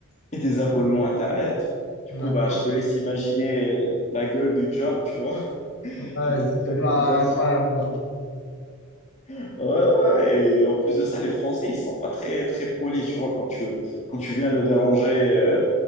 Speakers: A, on the left; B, on the left.
A: et des abonnements Internet. Du
B: D'accord.
A: coup, bah, je te laisse imaginer la gueule du job, tu vois. <laughs>
B: Ouais,
A: Je me prenais
B: c'est pas
A: des insultes.
B: incroyable, quoi.
A: Ouais, ouais. Et en plus de ça, les Français, ils sont pas très, très polis, tu vois, quand tu, quand tu viens le déranger euh,